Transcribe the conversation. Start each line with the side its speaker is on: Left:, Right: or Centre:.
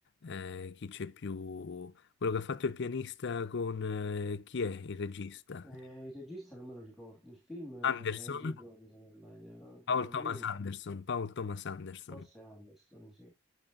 Left: eh, chi c'è più? Quello che ha fatto il pianista con, eh, chi è il regista?
Centre: Eh, il regista non me lo ricordo, il film
Left: Anderson?
Centre: è Andrew Brody, se non sbaglio, no-
Left: Paul
Centre: non
Left: Thomas
Centre: mi ricordo.
Left: Anderson, Paul Thomas Anderson.
Centre: Forse Anderson, sì.